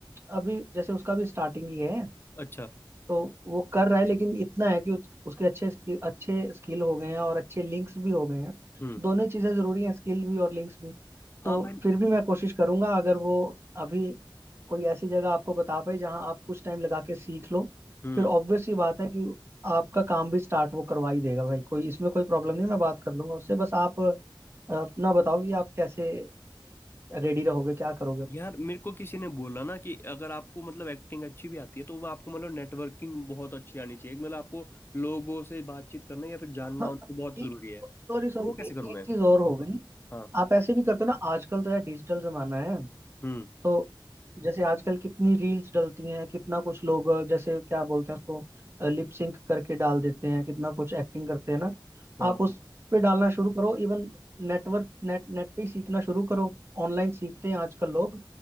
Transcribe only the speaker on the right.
अभी जैसे उसका भी स्टार्टिंग ही है
तो वो कर रहा है लेकिन इतना है कि उस, उसके अच्छे स्किल अच्छे स्किल हो गए हैं और अच्छे लिंक्स भी हो गए हैं
दोनों ही चीजें जरूरी हैं स्किल भी और लिंक्स भी
तो
फिर भी मैं कोशिश करूंगा अगर वो अभी कोई ऐसी जगह आपको बता पाए जहाँ आप कुछ टाइम लगा के सीख लो
फिर ऑब्वियस सी बात है कि आपका काम भी स्टार्ट वो करवा ही देगा भाई कोई इसमें कोई प्रॉब्लम नहीं मैं बात कर लूंगा उससे बस आप अ, अपना बताओ कि आप कैसे रेडी रहोगे क्या करोगे
हाँ,
एक
सॉरी सॉरी
एक,
एक
चीज और हो गई
आप ऐसे भी करते हो ना आजकल तो यार डिजिटल जमाना है
तो जैसे आजकल कितनी रील्स डलती हैं कितना कुछ लोग अ, जैसे क्या बोलते हैं उसको लिप सिंक करके डाल देते हैं कितना कुछ एक्टिंग करते हैं ना
आप उस पे डालना शुरू करो इवन नेटवर्क नेट नेट पे ही सीखना शुरू करो ऑनलाइन सीखते हैं आजकल लोग